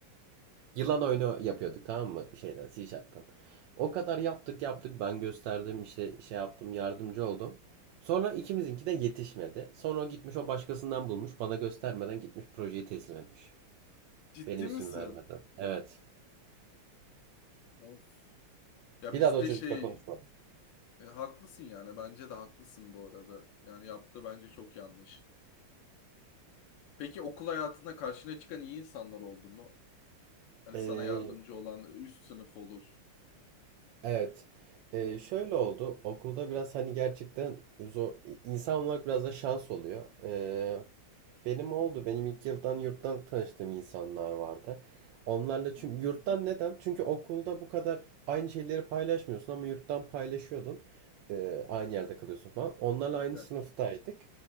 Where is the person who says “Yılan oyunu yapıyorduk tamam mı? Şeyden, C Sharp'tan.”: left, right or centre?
Right